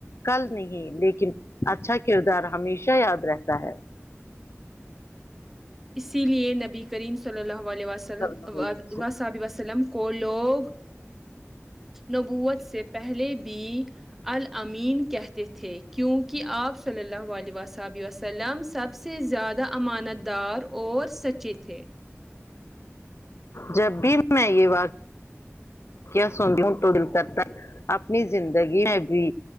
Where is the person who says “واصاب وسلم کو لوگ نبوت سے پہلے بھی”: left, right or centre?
Centre